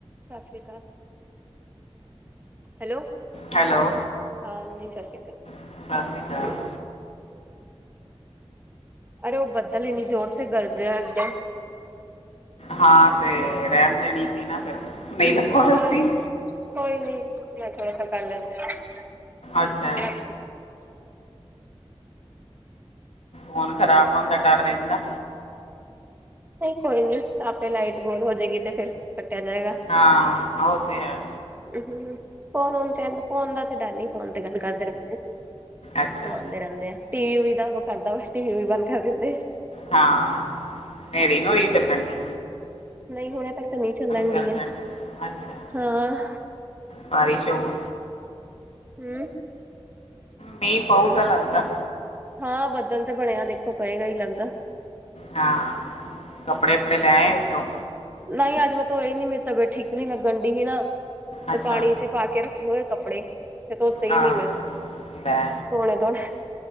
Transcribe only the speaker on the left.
ਹੈਲੋ।
ਸਤਿ ਸ਼੍ਰੀ ਅਕਾਲ
ਹਾਂ ਤੇ ਰਹਿਣ ਦੇਣੀ ਸੀ ਨਾ ਫਿਰ, ਨਹੀਂ ਲਗਵਾਨਾ
ਸੀ
ਅੱਛਾ ਫੋਨ ਖਰਾਬ ਹੋਣ ਦਾ ਡਰ ਰਹਿੰਦਾ
ਹਾਂ ਉਹ ਤੇ ਹੈ
ਅੱਛਾ
ਹਾਂ ਹਨੇਰੀ ਨਾ ਚੱਲਣ ਡੀ
ਗਰਜਣ
ਅੱਛਾ
ਬਾਰਿਸ਼ ਹੋ
ਮੀਹ ਪਊਗਾ ਲਗਦਾ
ਹਾਂ ਕੱਪੜੇ ਕੁਪੜੇ ਲੈ ਆ ਉੱਤੋਂ
ਅੱਛਾ
ਹਾਂ
ਲੈ